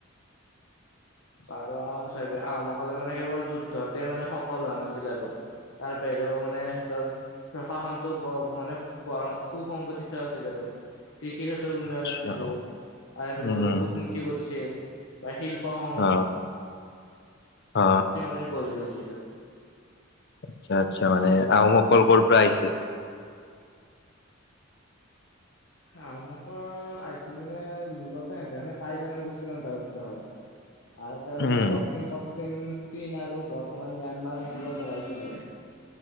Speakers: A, on the left; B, on the left.
A: কাৰণ চাবি আহোমসকলে মানে কেৱল যুদ্ধতে মানে সফল হোৱা নাছিল আৰু তাৰ বাহিৰেও মানে সিহঁতৰ প্ৰশাসনটো বৰ মানে বৰ সুসংগঠিত আছিল আৰু। কৃষিৰ হাতত উন্নয়ন
B: আচ্ছা
A: আছিল বহুত আনহাতে
B: উম
A: বহুতো
B: উম
A: কূটনীতি কৰিছিল বা শিল্প উপসং
B: অ অ,
A: মানে গঢ়ি তুলিছিল আৰু
B: আচ্ছা-আচ্ছা মানে আও ক'ৰ-ক'ৰ পৰা আহিছে?
A: আহোমসকল আহিছিল মানে মূলতে এনতে টাই জনগোষ্ঠীৰ অন্তৰ্ভুক্ত হয়। আৰু তেওঁলোকে
B: উম
A: মানে দক্ষিণ-পশ্চিম চীন আৰু বৰ্তমান ম্যানমাৰ অঞ্চলৰ পৰা আহিছিলে।